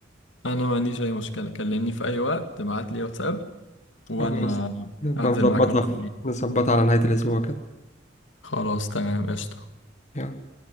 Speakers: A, on the left (about 70°); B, on the left (about 40°).
A: أنا ما عنديش أي مشكلة كلمني في أي وقت ابعت لي واتساب وأنا
B: خلاص نبقى
A: هنزل
B: نظبطها
A: معاك على طول
B: نظبطها على نهاية الاسبوع كده
A: خلاص تمام قشطة
B: يلا